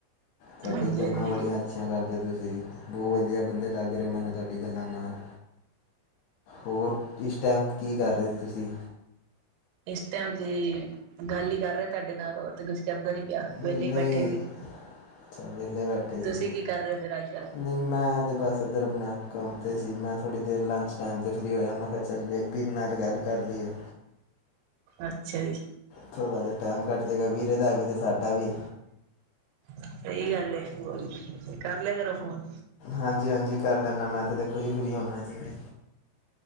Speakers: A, on the left; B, on the right.
A: ਤੁਹਾਡੀ
B: ਹਾਂਜੀ
A: ਗੱਲਾਂ
B: ਹਾਂਜੀ
A: ਬੜੀਆਂ ਅੱਛੀਆਂ ਕਰਦੇ, ਤੁਸੀਂ ਬਹੁਤ ਵਧੀਆ ਬੰਦੇ ਲੱਗ ਰਹੇ ਹੋ ਮੈਨੂੰ ਤੁਹਾਡੀ ਗੱਲਾਂ ਨਾਲ, ਹੋਰ ਇਸ ਟਾਈਮ ਕੀ ਕਰਦੇ ਸੀ ਤੁਸੀਂ?
B: ਇਸ ਟਾਈਮ ਤੁਸੀ ਗੱਲ ਹੀ ਕਰ ਰਹੇ ਤੁਹਾਡੇ ਨਾਲ ਤੇ ਚਦਾ ਨੀ ਪਿਆ ਵਿਹਲੇ
A: ਨਹੀਂ
B: ਹੀ ਬੈਠੇ ਸੀ,
A: ਅੱਛਾ ਵਿਹਲੇ ਬੈਠੇ
B: ਤੁਸੀਂ
A: ਸੀ
B: ਕੀ ਕਰ ਰਹੇ ਹੋ ਫੇਰ ਅੱਜ ਕੱਲ?
A: ਨਹੀਂ ਮੈਂ ਤੇ ਬਸਧਰ ਕੰਮ ਤੇ ਸੀ। ਮੈਂ ਥੋੜੀ ਦੇਰ ਚ ਲੰਚ ਟੈਮ ਤੇ ਫਰੀ ਹੋਇਆ ਮੈਂ ਕਿਹਾ ਚੱਲ ਵੀਰ ਨਾਲ ਗੱਲ ਕਰ ਲਈਏ।
B: ਅੱਛਾ ਜੀ
A: ਥੋੜ੍ਹਾ ਜਿਹਾ ਟਾਈਮ ਕੱਟ ਜੇਗਾ ਵੀਹਰੇ ਦਾ ਵੀ ਤੇ ਸਾਡਾ ਵੀ
B: ਸਹੀ ਗੱਲ ਕਰ ਲਿਆ ਕਰੋ ਫੋਨ
A: ਹਾਂਜੀ-ਹਾਂਜੀ ਕਰ ਲੈਦਾ ਮੈਂ ਤੇ ਦੇਖੋ ਜੀ ਫਰੀ ਹਦਾ ਜਿਵੇਂ